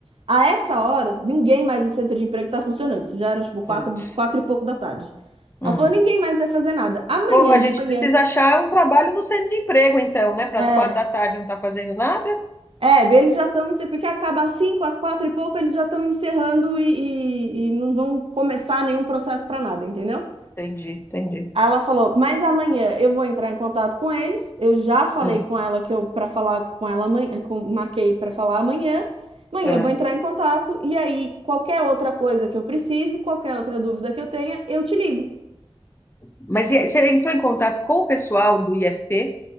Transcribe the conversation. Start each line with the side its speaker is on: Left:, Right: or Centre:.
Right: a essa hora, ninguém mais no centro de emprego está funcionando. Isso já era tipo quatro,
Left: putz.
Right: quatro e pouco da tarde.
Left: Hum.
Right: Ela falou: ninguém mais vai fazer nada. Amanhã
Left: Pô, a
Right: de
Left: gente
Right: manhã.
Left: precisa achar um trabalho no centro de emprego, então, né? Para
Right: É,
Left: as quatro da tarde não tá fazendo nada?
Right: é, eles já estão, porque acaba às cinco, às quatro e pouco, eles já estão encerrando e, e, e não vão começar nenhum processo para nada, entendeu?
Left: Entendi, entendi.
Right: Aí Ela falou, mas amanhã eu vou entrar em contato com eles. Eu já falei
Left: Hum,
Right: com ela que eu para falar com ela amanhã, com- marquei para falar amanhã. Amanhã
Left: ah.
Right: eu vou entrar em contato e aí qualquer outra coisa que eu precise, qualquer outra dúvida que eu tenha, eu te ligo.
Left: Mas e aí, você entrou em contato com o pessoal do IFP?